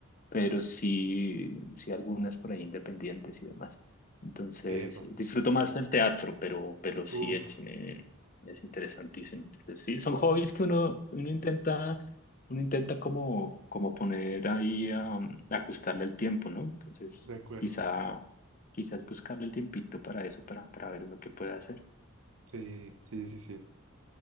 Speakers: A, on the left (about 40°); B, on the right (about 65°).
A: pero sí, sí algunas por ahí independientes y demás. Entonces,
B: Epa,
A: disfruto más el teatro, pero, pero sí
B: uff,
A: el cine es interesantísimo. Entonces, sí, son hobbies que uno, uno intenta, uno intenta como, como poner ahí, um, ajustarle el tiempo, ¿no? Entonces,
B: de acuerdo.
A: quizá, quizás buscarle el tiempito para eso, para, para ver uno qué puede hacer.
B: Sí, sí, sí, sí.